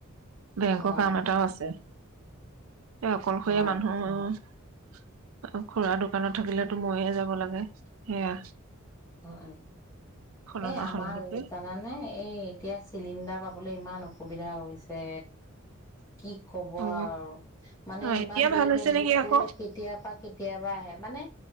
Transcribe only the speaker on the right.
বেংকৰ
কাম এটাও আছে। এই অকলশৰীয়া
মানুহ অ', খুৰা দোকানত থাকিলে মইয়ে যাব লাগে। সেয়া
সলনা
সলনি কৰি
অ
ন
এতিয়া
ভাল হৈছে
নেকি আকৌ